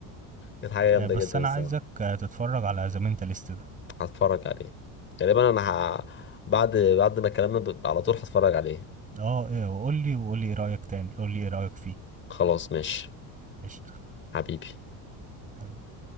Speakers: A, on the left (about 30°); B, on the right (about 20°).
A: كانت حاجه جامده
B: آه، بس
A: جدا
B: انا
A: الصراحه
B: عايزك آه، تتفرج على ذا مينتاليست ده
A: هتفرج عليه غالبا انا ه... بعد بعد ما كلامنا ب... على طول هتفرج عليه
B: اه ايه وقول لي وقول لي ايه رايك تاني قول لي ايه رايك فيه
A: خلاص ماشي
B: قشطه
A: حبيبي
B: حبيبي